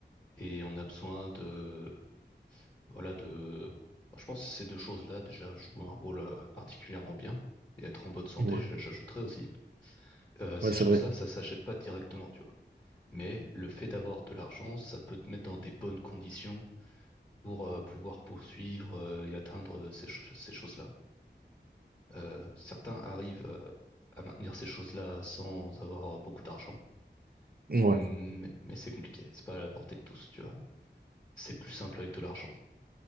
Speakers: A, on the left; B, on the right.
A: Et on a besoin de Voilà, de... bah, Je pense que ces deux choses-là déjà jouent un rôle euh, particulièrement bien. Et être en bonne santé,
B: Ouais,
A: j- j'ajouterais aussi. Euh, ces
B: ouais, c'est
A: choses-là,
B: vrai.
A: ça s'achète pas directement, tu vois. Mais le fait d'avoir de l'argent, ça peut te mettre dans des bonnes conditions pour euh, pouvoir poursuivre euh, et atteindre euh, ces, cho- ces choses-là. Euh, certains arrivent euh, à maintenir ces choses-là sans avoir euh, beaucoup d'argent.
B: Ouais,
A: Mmh, Mais, mais c'est compliqué, c'est pas à la portée de tous, tu vois. C'est plus simple avec de l'argent.